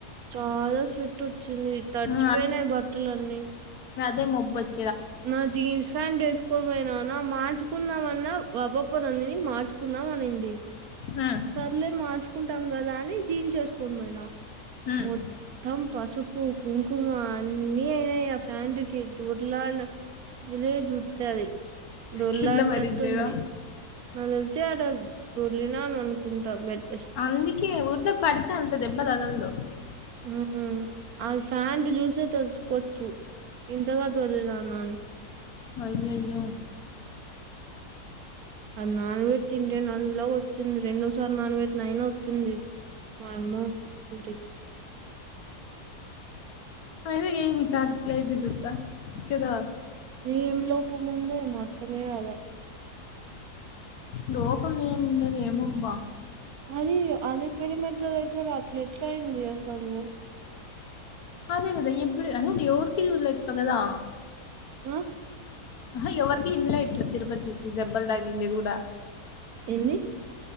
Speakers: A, on the right; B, on the left.
A: చాలా స్ట్ వచ్చింది తడిచిపోయినాయి
B: ఆ!
A: బట్టలు అన్నీ
B: దే ముొబత్
A: నా జీన్స్ ప్యాంట్ వేసుకొని పోయినా నా మా మచుకుందాంమన్నా వాపప్పనందిని మార్చుకుందాం అనింది
B: హ్మ్.
A: సర్లే మార్చు కుంటాం కదా అని జీన్ేసుకొని పోయినాం
B: హ్మ్.
A: మొత్తం పసుపు కుంకుమ అన్నిీ అయినాయి ఆ ఫ్యాన్కి దుర్లాళ్ జిలే జూతది దొల్లాడినట్టుంది
B: కింద పడింటేనా?
A: నాకు తెలిసి ఆడ దొర్లిన ను అనుకుంటా మెట్
B: అందుకే ఊరిన పడితే అంత దెబ్బ తగలదు
A: మ్మ్ అది ఫ్యాంట్ చూసే తెలుసుకోవచ్చు ఇంతగా దొర్లినాన్ అనీ
B: అయ్యాయో
A: అది నాన్ వెట్టింటే నల్ల గా వచ్చింది రెండోసార్ నాన్ వెట్టినా అయినా వచ్చింది వయమ్మూ ఉదే
B: అయినా ఏం ఈ సారి <unintelligible> జుతా కేదా
A: ఏం లోపం ఉందో ఏమో అర్థమే కాలే
B: లోపం ఏముండది ఏమబ్బా
A: అది అలీ పిరి మెట్ల దగ్గర అట్లెట్లా అయింది అసలు
B: అదే కదా ఎప్పుడు అసలు కి ఎవరికి చూడలేదు కదా
A: మ్మ్
B: ఆహా ఎవరికి ఇన్ లా ఇట్లా తిరుపతి దెబ్బల్ తగిలిండది కూడా
A: ఎంది